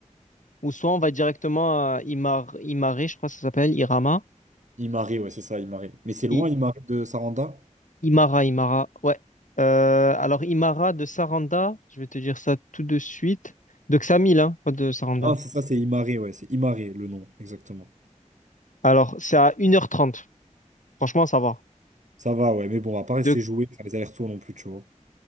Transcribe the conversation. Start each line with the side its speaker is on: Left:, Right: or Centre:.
Left: ou soit on va directement à Imar Imare, je crois que ça s'appelle Irama.
Right: Imare, ouais, c'est ça, Imare. Mais c'est loin,
Left: I-
Right: Imare de Saranda?
Left: Imara Imara. Ouais. Euh, alors Imara de Saranda, je vais te dire ça tout de suite. De Xamil, hein, pas de Saranda.
Right: Non, c'est ça, c'est Imare, ouais, c'est Imare le nom, exactement.
Left: Alors, c'est à une heure trente. Franchement, ça va.
Right: Ça va, ouais, mais bon, on va pas
Left: De...
Right: rester jouer, faire les allers-retours non plus, tu vois.